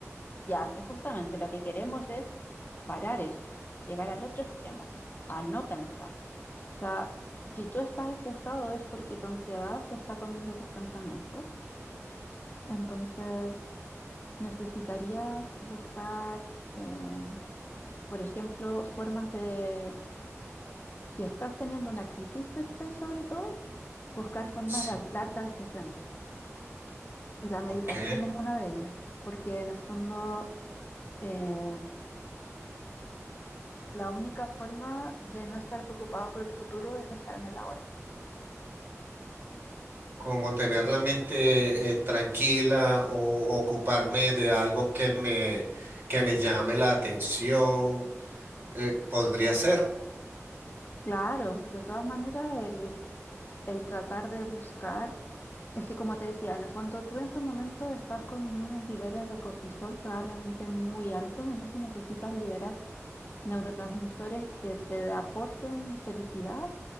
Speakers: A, on the left; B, on the right.
A: Ya, que justamente lo que queremos es parar eso, llegar al otro extremo, a no pensar. O sea, si tú estás estresado es porque tu ansiedad se está comiendo tus pensamientos. Entonces, necesitarías buscar eh, Por ejemplo, formas de, si estás teniendo una crisis de estrés sobre todo, buscar formas
B: Sí.
A: de anclarte al presente. Y la meditación
B: Ok,
A: es una de ellas, porque en el fondo eh, la única forma de no estar preocupado por el futuro es estar en el ahora.
B: como tener la mente eh, tranquila o ocuparme de algo que me, que me llame la atención, eh, podría ser.
A: Claro, de todas maneras, el, el tratar de buscar, es que como te decía, en el fondo tú en estos momentos estás con unos niveles de cortisol probablemente muy altos, entonces necesitas liberar neurotransmisores que te aporten felicidad